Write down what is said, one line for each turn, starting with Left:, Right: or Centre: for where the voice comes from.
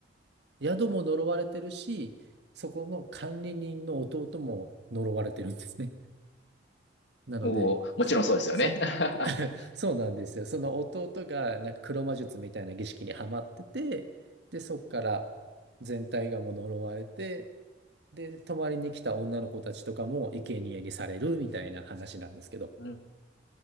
Right: 宿も呪われてるし、そこの管理人の弟も呪われてるんですね。なので、
Left: おーもちろんそうですよね。
Right: そ、そ、
Left: <laughs>
Right: <laughs> そうなんですよ。その弟がなんか黒魔術みたいな儀式にはまってて、で、そっから全体がもう呪われて、で、泊まりに来た女の子たちとかも生贄にされるみたいな話なんですけど。
Left: うん